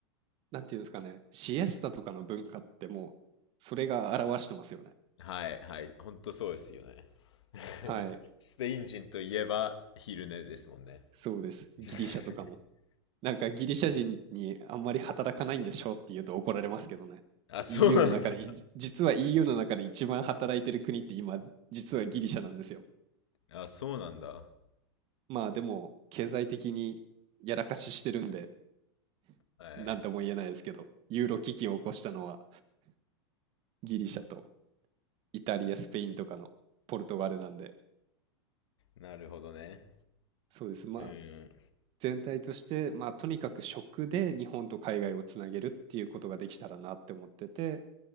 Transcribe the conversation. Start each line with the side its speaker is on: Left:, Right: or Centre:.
Right: なんていうんですかね。シエスタとかの文化ってもう、それが表してますよね。
Left: はい。はい。ほんとそうですよね。<laughs>
Right: はい。
Left: スペイン人といえば昼寝ですもんね。<laughs>
Right: そうです。ギリシャとかも。なんかギリシャ人にあんまり働かないんでしょうって言うと怒られますけどね。
Left: あ、そうなんだ。
Right: EU の中で、じ実は EU の中で一番働いてる国って今、実はギリシャなんですよ。
Left: あ、そうなんだ。
Right: まあでも、経済的にやらかししてるんで、
Left: はい。
Right: なんとも言えないですけど、ユーロ危機を起こしたのはギリシャとイタリア、スペインとかのポルトガルなんで、
Left: なるほどね。
Right: そうです。まあ
Left: うん。
Right: 全体として、まあとにかく食で日本と海外をつなげるっていうことができたらなって思ってて、